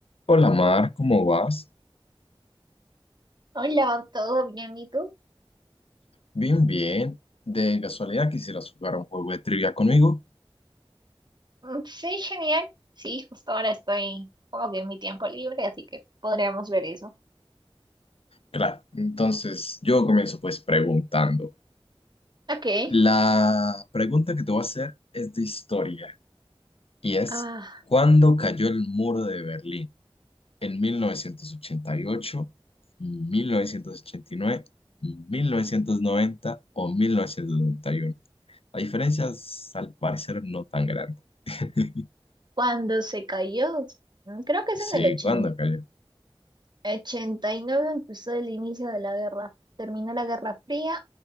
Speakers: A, on the left; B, on the right.
A: Hola Mar, ¿cómo vas?
B: Hola, ¿todo bien? ¿Y tú?
A: Bien, bien. De casualidad quisieras jugar un juego de trivia conmigo.
B: Mm, Sí, genial. Sí, justo ahora estoy como que en mi tiempo libre, así que podríamos ver eso.
A: Claro, entonces yo comienzo pues preguntando.
B: Ok.
A: La pregunta que te voy a hacer es de historia y es,
B: Ah,
A: ¿cuándo cayó el muro de Berlín? ¿En mil mil novecientos novecientos ochenta ochenta y y ocho, mil novecientos ochenta y nueve, mil novecientos noventa o mil novecientos noventa y uno. La diferencia es al parecer no tan grande. <laughs>
B: cuando se cayó, Mm, creo que es
A: Sí,
B: en el ochenta
A: ¿cuándo cayó?
B: ochenta y nueve, empezó el inicio de la guerra. Terminó la Guerra Fría.